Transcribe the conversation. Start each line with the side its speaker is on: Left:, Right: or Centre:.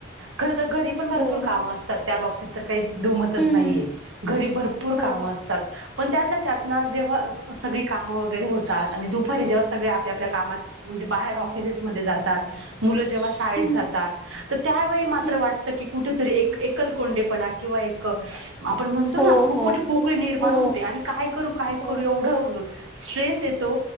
Right: खर तर घरी पण भरपूर
Centre: हो,
Right: कामं असतात त्या बाबतीत तर काही दुमत
Centre: हं,
Right: नाहीये, घरी भरपूर
Centre: हो,
Right: काम असतात पण त्यात त्यातना जेव्हा सगळी कामं वगैरे होतात आणि दुपारी जेव्हा सगळे आपल्या आपल्या कामात म्हणे बाहेर ऑफिसेस जात जेव्हा शाळेत
Centre: हं,
Right: जातात तर त्यावेळी
Centre: हं,
Right: वाटतं की कुठेतरी एकल कोोंडेपणा किंवा एक आपण म्हणतो
Centre: हो,
Right: ना खूप
Centre: हो,
Right: मोठीे पोकळी निर्माण
Centre: हो,
Right: होते आणि काय करू काय
Centre: हो,
Right: करू एवढं स्ट्रेस येतो